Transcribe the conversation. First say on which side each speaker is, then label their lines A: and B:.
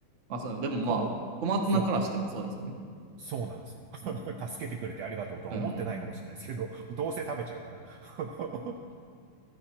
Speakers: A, on the right (about 55°); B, on the right (about 80°).
A: まあ、そう、でもまあ、
B: とはお、
A: 小松菜からしてもそうですよね。
B: そう、こ、そうなんですよ。<laughs>
A: うん。
B: 助けてくれてありがとうとは思ってないかもしれないですけど、
A: うん。
B: どうせ食べちゃうから。<laughs>